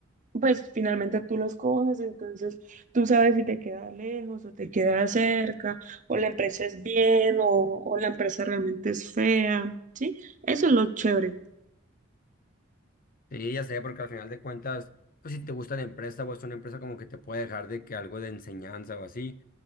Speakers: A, on the right (about 40°); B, on the left (about 45°).
A: pues finalmente tú los coges, entonces tú sabes si te queda lejos o te queda cerca, o la empresa es bien o, o la empresa realmente es fea, ¿sí? Eso es lo chévere.
B: Sí, ya sé, porque al final de cuentas, pues si te gusta la empresa o es una empresa como que te puede dejar de que algo de enseñanza o así,